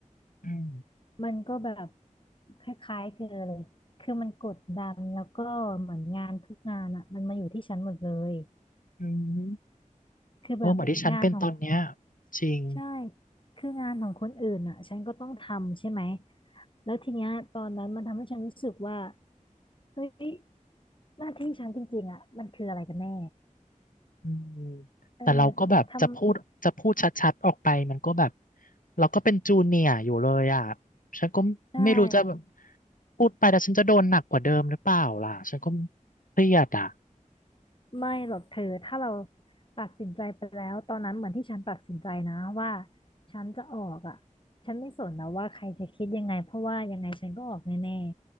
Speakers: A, on the left; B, on the left.
A: อืม
B: มันก็แบบคล้ายๆเธอเลยคือมันกดดันแล้วก็เหมือนงานทุกงานอะมันมาอยู่ที่ฉันหมดเลย
A: อืม
B: คือแบบงานของ
A: เออเหมือนที่ฉันเป็นตอนเนี้ยจริง
B: ใช่คืองานของคนอื่นอ่ะฉันก็ต้องทำใช่ไหมแล้วทีเนี้ยตอนนั้นมันทำให้ฉันรู้สึกว่าเฮ้ยหน้าที่ฉันจริงๆอ่ะมันคืออะไรกันแน่
A: อืม
B: เออ
A: แต่เราก็แบบจะพูดจะพูดชัดๆออกไปมันก็แบบ
B: ทำ
A: เราก็เป็นจูเนียร์อยู่เลยอ่ะฉันก็ไม่รู้จะแบบ
B: ได้
A: พูดไปแล้วฉันจะโดนหนักกว่าเดิมหรือเปล่าล่ะฉันก็เครียดอ่ะ
B: ไม่หรอกเธอถ้าเราตัดสินใจไปแล้วตอนนั้นเหมือนที่ฉันตัดสินใจนะว่าฉันจะออกอ่ะฉันไม่สนแล้วว่าใครจะคิดยังไงเพราะว่ายังไงฉันก็ออกแน่